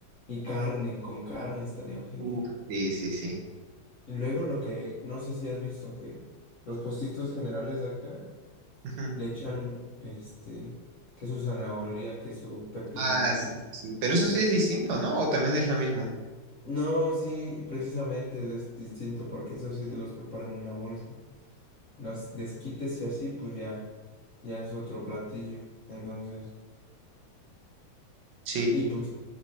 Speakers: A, on the left; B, on the right.
A: y carne, con carne estaría genial.
B: Uf, sí, sí, sí.
A: Y luego lo que, no sé si has visto que los puestitos generales de acá
B: Ujú.
A: le echan, este, que su zanahoria, que su pepino,
B: Ah,
A: que
B: sí,
A: su...
B: sí, sí. Pero eso sí es distinto, ¿no? ¿O también es lo mismo?
A: No, sí, precisamente es distinto, porque eso sí te los preparan en una bolsa. Los desquites y así, pues ya, ya es otro platillo. Entonces,
B: Sí.
A: y pues,